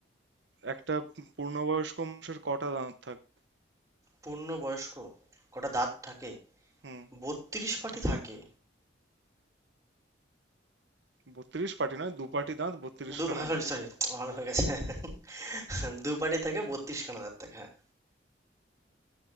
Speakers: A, on the right; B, on the right.
A: একটা পূর্ণবয়স্ক মানুষের কটা দাঁত থাকে
B: পূর্ণবয়স্ক কটা দাঁত থাকে
A: হুম
B: ৩২ পাটি
A: হ্যাঁ
B: থাকে
A: বত্রিশ পাটি নয় দু পাটি দাঁত বত্রিশ
B: দু
A: খানা
B: <laughs> সরি
A: দাঁত
B: সরি আমার হয়ে গেছে <laughs> দু পাটি থাকে ৩২ খানা দাঁত থাকে হ্যাঁ